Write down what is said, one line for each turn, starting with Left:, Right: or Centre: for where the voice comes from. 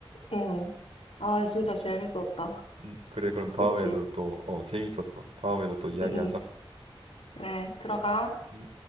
Left: 응. 아, 진짜 재밌었다.
Right: 음, 그래, 그럼 다음에도
Left: 그치?
Right: 또, 어, 재밌었어. 다음에도 또 이야기하자.
Left: 응응. 그래, 들어가.
Right: 음.